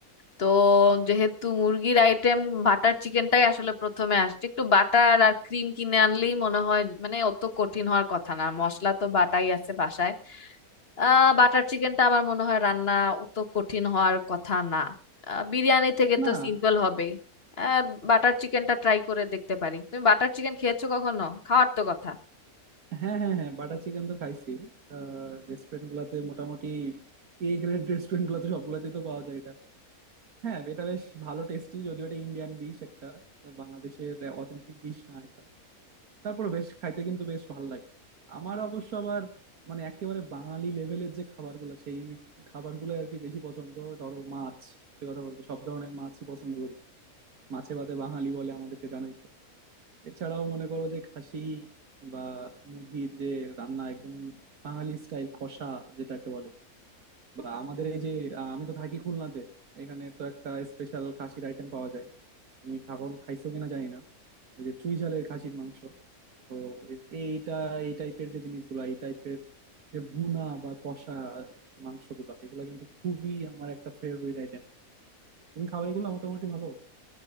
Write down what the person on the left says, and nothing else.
তো যেহেতু মুরগির আইটেম বাটার চিকেনটাই আসলে প্রথমে আসছে একটু বাটার আর ক্রিম কিনে আনলেই মনে হয় মানে অত কঠিন হওয়ার কথা না মশলা তো বাটাই আছে বাসায় আহ বাটার চিকেনটা আমার মনে হয় রান্না অত কঠিন হওয়ার কথা না আহ, বিরিয়ানি থেকে
তো সিম্পল হবেই আহ বাটার চিকেনটা ট্রাই করে দেখতে পারি তুমি বাটার চিকেন খেয়েছো কখনো খাওয়ার তো কথা